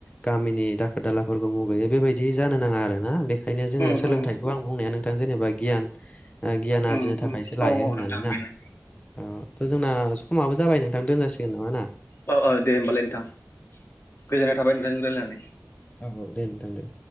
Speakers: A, on the left; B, on the left.
A: गामिनि दाखोर दालाफोरखौ मुगैयो बेबायदि जानो नाङा आरोना बे ओंखायनो जोङो
B: उम
A: सोलोंथाइखौ
B: उम
A: आं बुंनाया नोंथां जेनेबा गियान गियान आरजिनो
B: उम
A: थाखायसो
B: उम
A: लायो
B: औ औ
A: होननानै
B: नोंथां
A: ना
B: बेनो
A: ओ थ' जोंना समाबो जाबाय नोंथां दोनजसिगोन नामा ना
B: औ औ दे होमबालाय नोंथां गोजोननाय थाबाय नोंथांजों रायलायनानै
A: औ दे नोंथां दे